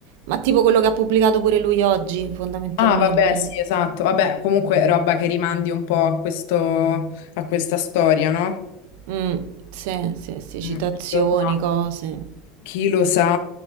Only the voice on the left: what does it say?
Ah vabbè, sì, esatto. Vabbè, comunque roba che rimandi un po' a questo, a questa storia, no?
Mm, chi lo sa?
Chi lo sa?